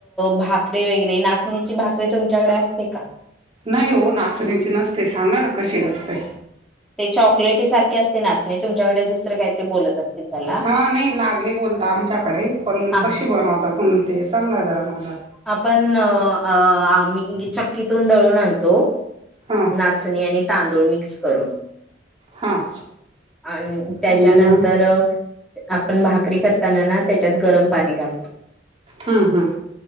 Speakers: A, in the centre; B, on the right.
A: भाकरी वगैरे नाचणीची भाकरी तुमच्याकडे असते का?
B: नाही हो नाचणीची नसते, सांगा ना कशी असते?
A: ते चॉकलेटी ही सारखे असते नाचणी तुमच्याकडे दुसरं काहीतरी बोलत असतील त्याला
B: हा नाही नागली बोलता आमच्याकडे पण
A: हा
B: कशी बनवता तुम्ही ते सांगा जरा मला.
A: आपण अं आम्ही चक्कीतून दळून आणतो.
B: हां
A: नाचणी आणि तांदूळ मिक्स करून.
B: हां
A: अन त्याच्यानंतर
B: आणि मग
A: अ आपण भाकरी करताना ना त्याच्यात गरम पाणी घालतो.
B: हम्म-हम्म.